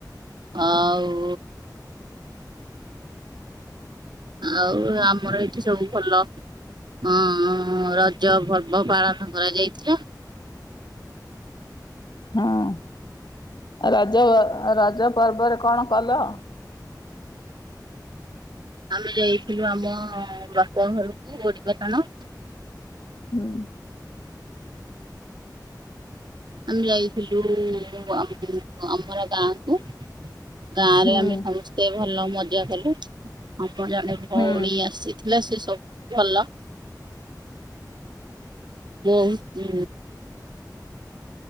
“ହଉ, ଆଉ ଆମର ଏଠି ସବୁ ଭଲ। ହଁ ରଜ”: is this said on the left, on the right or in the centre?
Right